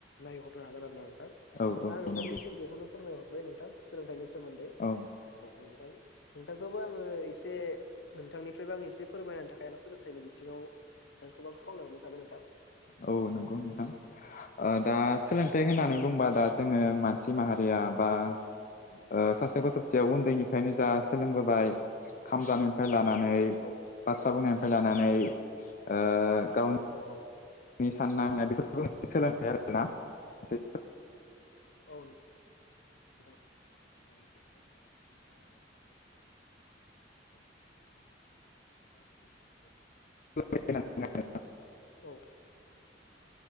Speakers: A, on the left; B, on the left.
A: नायहरनो हागोन आरो ना नोंथां।
B: औ
A: दा नोंथांनिसिम
B: औ नंगौ
A: बेखौनो फोरमाय हरबाय नोंथां सोलोंथाइनि सोमोन्दै।
B: औ
A: औ नोंथां, नोंथांखौबो आङो ए से नोंथांनिफ्रायबो आं एसे फोरमायनाहोनो थाखाय आं सोलोंथाइनि बिथिङाव नोंथांखौ आ खावलायहरनाय थाबाय नोंथां।
B: औ नंगौ नोंथां, ओ दा सोलोंथाइ होननानै
A: औ औ
B: बुंबा
A: नोंथां
B: दा जोङो मा नसि माहारिया बा- ओ सासे गथ' फिसायाव उन्दैनिफ्रायनो जा सोलोंबोबाय खाम जानायनिफ्राय ला नानै,
A: औ
B: बाथ्रा बुंनायनिफ्राय लानानै, ओ गाव
A: औ औ
B: नि सानना हनाय बेफोरबो सोलोंथाइ आरोना मोनसे
A: औ नोंथां
B: <unintelligible> <unintelligible> <unintelligible>
A: औ,